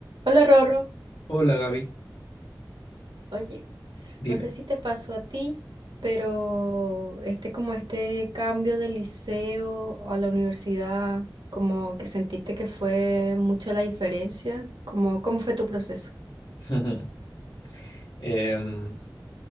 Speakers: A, on the right; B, on the left.
A: Hola Rorro,
B: Hola Gaby,
A: oye,
B: dime.
A: no sé si te pasó a ti, pero este como este cambio de liceo a la universidad, como que sentiste que fue mucha la diferencia, como cómo fue tu proceso.
B: <laughs> Em,